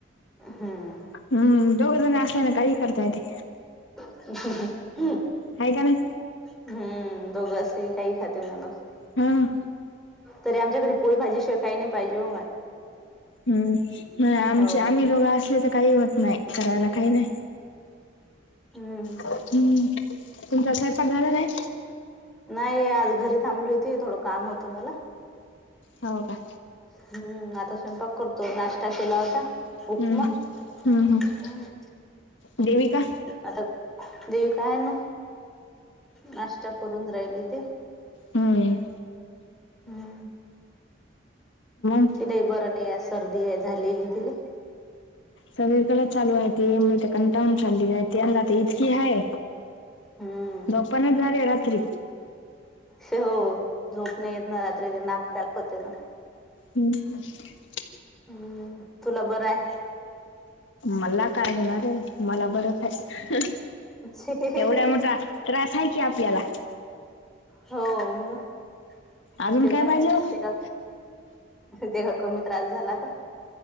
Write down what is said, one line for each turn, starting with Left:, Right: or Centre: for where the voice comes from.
Centre: हम्म
Left: हम्म दोघ जण असल्या ना काही करता येते.
Centre: हम्म
Left: आहे का नाही
Centre: दोघं असले की काही खाते माणूस.
Left: हम्म
Centre: तरी आमच्या घरी पोळी भाजी शिवाय काही नाही पाहिजे व माय
Left: हम्म आमचे
Centre: हो
Left: आम्ही दोघ असले तर काही होत नाही करायला काही नाही.
Centre: हम्म
Left: हम्म तुमचा स्वयंपाक झाला नाही?
Centre: नाही आज घरी थांबली होती थोडं काम होतं मला.
Left: हो का?
Centre: हम्म आता स्वयंपाक करतो नाश्ता केला होता.
Left: हम्म.
Centre: उपमा
Left: हम्म हम्म
Centre: हम्
Left: देविका
Centre: आता देव काय न नाश्ता करून राहिली ते
Left: हम्
Centre: हम्म
Left: म <unintelligible>
Centre: ते बरं नाही आहे सर्दी आहे झालेली तिले
Left: सगळीकडेच चालू आहे ते मी तर कंटाळून चाल्लि <unintelligible> कि हाय
Centre: हम्म
Left: जोपना झाल्या रात्री.
Centre: हो झोप नाही येत ना रात्री ते नाक पँक होते ना.
Left: हम् <unintelligible>
Centre: हम्म तुला बरं आहे?
Left: मला काय होणार आहे मला बरंचय
Centre: आहे
Left: एवढ्या मोठ्या त्रास हाय की आपल्याला.
Centre: हो मग
Left: अजून
Centre: ते
Left: काय
Centre: तर आहेच
Left: पाहिजे हो
Centre: ते का ते कमी त्रास झाला का?